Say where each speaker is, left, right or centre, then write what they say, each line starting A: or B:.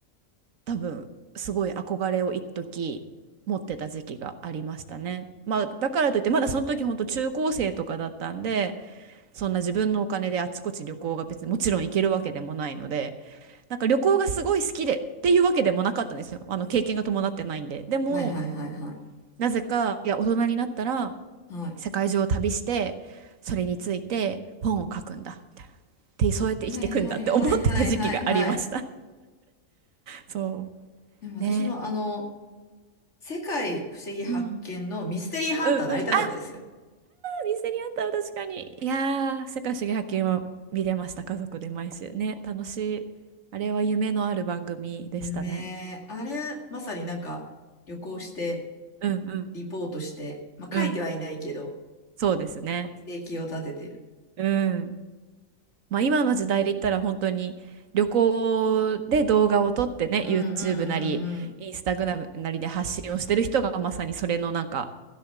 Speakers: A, on the right (about 75°); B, on the left (about 60°).
A: 多分すごい憧れを一時持ってた時期がありましたね。まあだからといってまだその時本当中高生とかだったんでそんな自分のお金であちこち旅行が別にもちろん行けるわけでもないのでなんか旅行がすごい好きでっていうわけでもなかったんですよ。あの経験が伴ってないんで。でも
B: はいはいはいはい。
A: なぜかいや大人になったら
B: はい。
A: 世界中を旅してそれについて本を書くんだみたいな。でそうやって生きていくんだって思ってた時期がありました。
B: はいはいはいはいはいはい。
A: そ
B: でも私もあの、
A: う。ね。
B: 世界不思議発見のミステリーハンターなりたかったですよ。
A: うん。うんうん。あ、ミステリーハンターは確かに。いやー、世界不思議発見は見れました、家族で毎週ね。楽しい。あれは夢のある番組でしたね。
B: 夢、あれ、まさになんか旅行して、
A: うんうん
B: リポートして、まあ書いてはいないけど、
A: うん。そうですね。
B: 生計を立ててる。
A: うん。まあ今の時代で言ったら本当に旅行で動画を撮ってね、
B: うんうん
A: YouTube なり、Instagram なりで発信をしてる人がまさにそれのなんか、